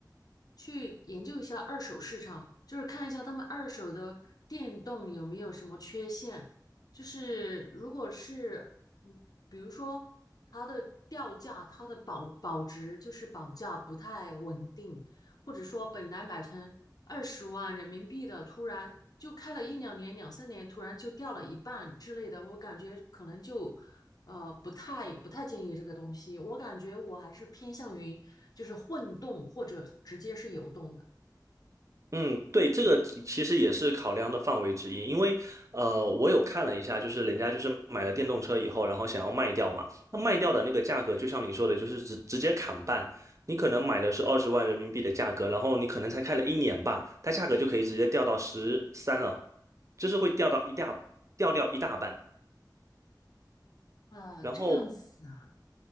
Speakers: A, on the left (about 55°); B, on the right (about 45°).
A: 去研究一下二手市场，就是看一下他们二手的电动有没有什么缺陷。就是如果是，嗯，比如说它的掉价、它的保保值，就是保价不太稳定，或者说本来买成二十万人民币的，突然就开了一两年、两三年，突然就掉了一半之类的，我感觉可能就呃不太不太建议这个东西。我感觉我还是偏向于就是混动或者直接是油动的
B: 嗯，对，这个其其实也是考量的范围之一，因为呃，我有看了一下，就是人家就是买了电动车以后，然后想要卖掉嘛，那卖掉的那个价格，就像你说的，就是直直接砍半，你可能买的是二十万人民币的价格，然后你可能才开了一年吧，它价格就可以直接掉到十三了，就是会掉到一大掉掉一大半，
A: 啊，
B: 然后。
A: 这样子啊，